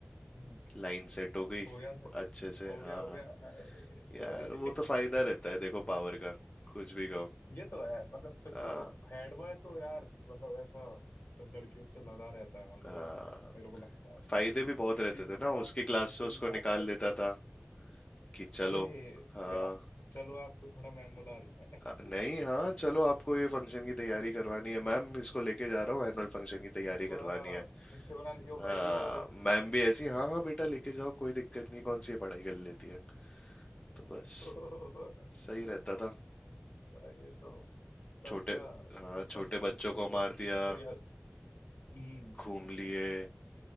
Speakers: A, on the left; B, on the left.
A: हम्म
B: लाइन सेट हो गई
A: हो गया सर
B: अच्छे से
A: हो
B: हाँ
A: गया हो
B: हाँ
A: गया अरे,
B: यार वो तो
A: <laughs>
B: फायदा रहता है देखो पावर का कुछ भी कहो
A: ये तो है मतलब फिर
B: हाँ
A: तो हेड बॉय तो यार मतलब ऐसा लड़कियों से लदा रहता है मतलब
B: हाँ
A: ऐसा मेरे को लगता है
B: फायदे
A: कि
B: भी बहुत
A: किसी
B: रहते थे
A: के
B: ना
A: पास
B: उसकी क्लास
A: किसी
B: से
A: से
B: उसको
A: भी बात
B: निकाल
A: कर।
B: लेता था कि चलो
A: अरे
B: हाँ
A: कि आप चलो आपको थोड़ा मैम बुला रही है
B: अ,
A: <laughs>
B: नहीं हाँ चलो आपको ये फंक्शन की तैयारी करवानी है मैम इसको लेके जा रहा हूँ एनुअल फंक्शन की तैयारी
A: तो
B: करवानी
A: हाँ
B: है
A: इसके बिना नहीं
B: हाँ,
A: हो पाएगी वो
B: मैम भी ऐसी हाँ हाँ बेटा लेके जाओ कोई दिक्कत नहीं कौन सी ये पढ़ाई कर लेती है तो बस
A: <laughs>
B: सही रहता था
A: भाई ये तो अच्छा
B: छोटे हाँ
A: तो फिर
B: छोटे
A: करते
B: बच्चों को
A: तो
B: मार
A: हम
B: दिया
A: तैयार हम्म
B: घूम लिए